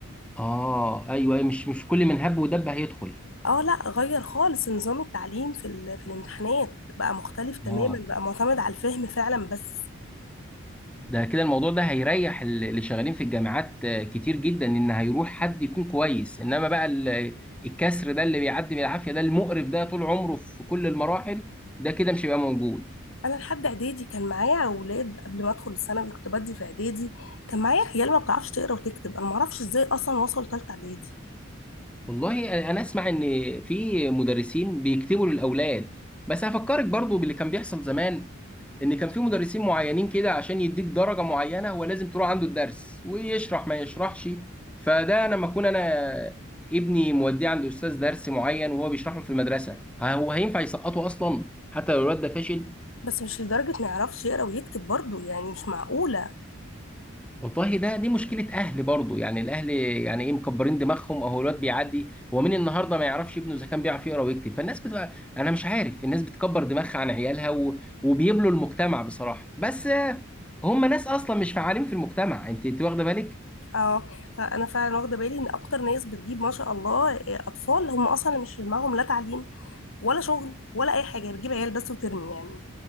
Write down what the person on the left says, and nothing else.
اه لا غير خالص نظام التعليم في ال- في الامتحانات بقى مختلف تماما
بقى معتمد على الفهم فعلا بس
انا لحد اعدادي كان معايا اولاد قبل ما ادخل الثانوي كنت بدي في اعدادي كان معايا عيال ما بتعرفش تقرا وتكتب انا ما اعرفش ازاي اصلا وصلوا ثالثه اعدادي
بس مش لدرجه ما يعرفش يقرا ويكتب برضو يعني مش معقوله
اه انا فعلا واخده بالي ان اكتر ناس بتجيب ما شاء الله آه، اطفال هم اصلا مش في دماغهم لا تعليم ولا شغل ولا اي حاجه بتجيب عيال بس وترمي يعني